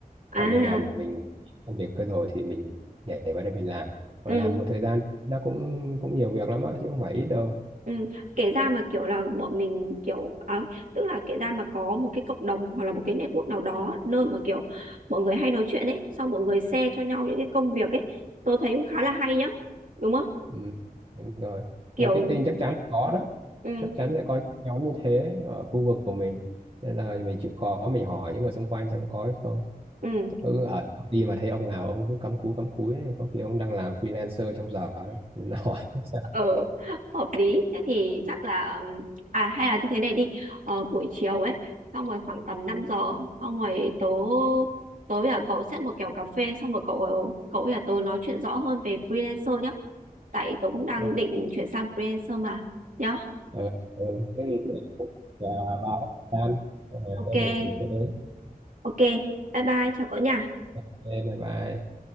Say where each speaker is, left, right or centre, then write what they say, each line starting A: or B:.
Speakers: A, on the right; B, on the right.
A: À
B: và bây giờ mình công việc cơ rồi thì mình nhảy vào đây mình làm và
A: ừ.
B: làm một thời gian nó cũng cũng nhiều việc lắm á chứ không phải ít đâu
A: Ừ. Kể ra mà kiểu là bọn mình kiểu à, tức là kể ra mà có một cái cộng đồng hoặc là một cái network nào đó nơi mà kiểu mọi người hay nói chuyện ấy xong mọi người share cho nhau những cái công việc ấy tôi thấy cũng khá là hay nhá đúng không
B: ừ. đúng rồi
A: kiểu
B: marketing chắc chắn có đó
A: ừ
B: chắc chắn sẽ có những nhóm như thế ở khu vực của mình nên là mình chịu khó mình hỏi những người xung quanh xem có hay không
A: ừ
B: ừ, ở công ty mà thấy ông nào ông cứ cắm cúi cắm cúi này có khi ông đang làm freelancer trong giờ đó nên là hỏi <laughs> xem
A: ờ <laughs> hợp lý thế thì chắc là ừm, à hay là như thế này đi ờ, buổi chiều ấy xong rồi khoảng tầm 5 giờ xong rồi tớ tớ với cả cậu set một kèo cà phê xong rồi cậu cậu với cả tớ nói chuyện rõ hơn về freelancer nhá tại tôi cũng đang
B: ok
A: định chuyển sang freelancer mà nhá
B: ừ, ừ. Thế thì, Và báo tan rồi
A: ok
B: có việc mình sẽ đến
A: ok bye bye chào cậu nha
B: Ok, bye bye